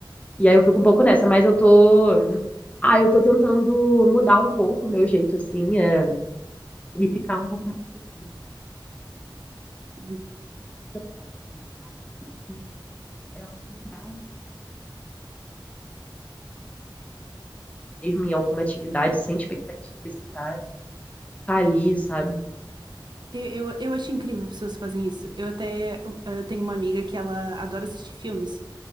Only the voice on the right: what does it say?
uhum.
Eu, eu, eu acho incrível pessoas que fazem isso. Eu até eh, tenho uma amiga que ela adora assistir filmes.